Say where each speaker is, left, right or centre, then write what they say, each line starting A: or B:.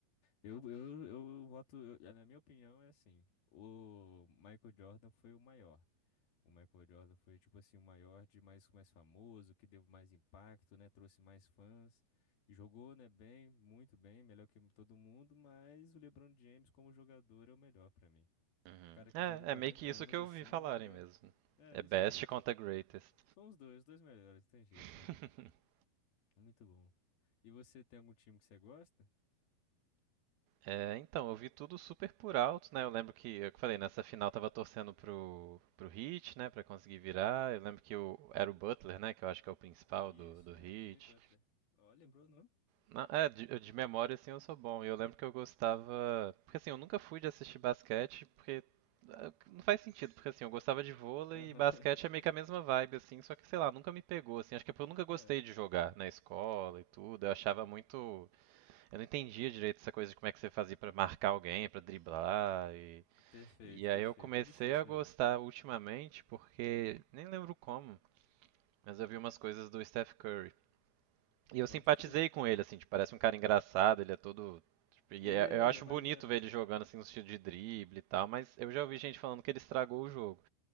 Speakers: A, on the left; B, on the right.
A: Eu, eu, eu voto, eu- na minha opinião, é assim. O Michael Jordan foi o maior. O Michael Jordan foi, tipo assim, o maior de mais, mais famoso, que deu mais impacto, né? Trouxe mais fãs. E jogou, né, bem, muito bem, melhor que todo mundo, mas o LeBron James como jogador é o melhor pra mim.
B: Uhum.
A: O cara que
B: É,
A: joga 40
B: é meio que
A: anos
B: isso que eu
A: assim,
B: ouvi falarem
A: é,
B: mesmo. É
A: é desse
B: best
A: jeito.
B: contra greatest.
A: São os dois, os dois melhores, não tem jeito,
B: <laughs>
A: né? Muito bom. E você tem algum time que você gosta?
B: É, então, eu vi tudo super por alto, né? Eu lembro que, eu que falei, nessa final eu tava torcendo pro, pro Heat, né? Pra conseguir virar. Eu lembro que o, era o Butler, né? Que eu acho que é o principal
A: Isso,
B: do, do
A: é
B: Heat.
A: Jimmy Butler. Ó, lembrou o nome?
B: Na- É, de, eu- de memória, assim, eu sou bom. E eu lembro que eu gostava. Porque, assim, eu nunca fui de assistir basquete, porque. ah, Não faz sentido, porque, assim, eu gostava de vôlei
A: Aham.
B: e basquete é meio
A: <laughs>
B: que a mesma vibe, assim, só que, sei lá, nunca me pegou, assim. Acho que é porque eu nunca gostei
A: É,
B: de jogar na escola e tudo. Eu achava muito. Eu não entendia direito essa coisa de como é que você fazia pra marcar alguém, pra driblar. E,
A: perfeito,
B: e aí
A: perfeito.
B: eu comecei
A: É difícil
B: a gostar
A: mesmo.
B: ultimamente, porque. Nem lembro como, mas eu vi umas coisas do Steph Curry. E eu
A: Pode
B: simpatizei
A: crer.
B: com ele, assim, tipo, parece um cara engraçado, ele é todo. tipo, e
A: Ele
B: é-
A: é,
B: eu acho
A: ele é maneiro.
B: bonito ver ele jogando assim no estilo de drible e tal, mas eu já ouvi gente falando que ele estragou o jogo.